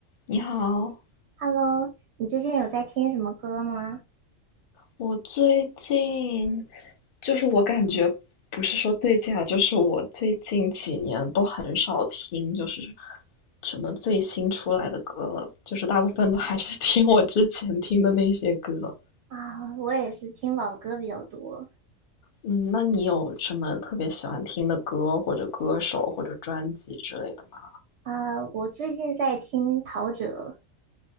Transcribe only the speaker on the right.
Hello，你最近有在听什么歌吗？
啊，我也是听老歌比较多。
啊，我最近在听陶喆，